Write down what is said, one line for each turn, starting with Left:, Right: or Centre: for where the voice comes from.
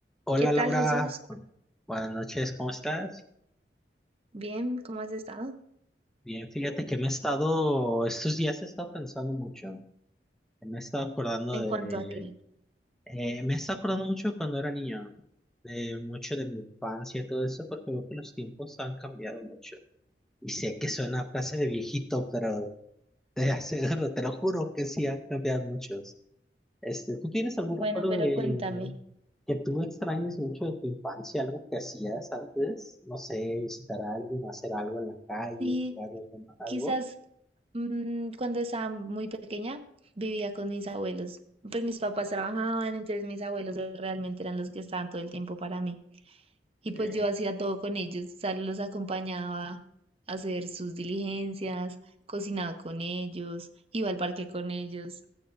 Centre: Hola
Right: ¿Qué tal,
Centre: Laura,
Right: Jesús?
Centre: buenas noches, ¿cómo estás?
Right: Bien, ¿cómo has estado?
Centre: Bien, fíjate que me he estado, estos días he estado pensando mucho, me he estado acordando
Right: En
Centre: de,
Right: cuanto a qué.
Centre: eh, me he estado acordando mucho de cuando era niño, de mucho de mi infancia y todo eso, porque veo que los tiempos han cambiado mucho. Y sé que suena a frase de viejito, pero te <laughs> aseguro, te lo juro que sí han cambiado mucho. Este, ¿tú tienes algún
Right: Bueno,
Centre: recuerdo
Right: pero
Centre: de
Right: cuéntame.
Centre: que tú extrañes mucho de tu infancia, algo que hacías antes? No sé, visitar a alguien, hacer algo en la calle,
Right: Sí,
Centre: jugar algo. ¿no? algo.
Right: quizás mm, cuando estaba muy pequeña vivía con mis abuelos. Pues mis papás trabajaban, entonces mis abuelos realmente eran los que estaban todo el tiempo para mí. Y pues
Centre: Eh,
Right: yo hacía todo con ellos, o sea, los acompañaba a hacer sus diligencias, cocinaba con ellos, iba al parque con ellos.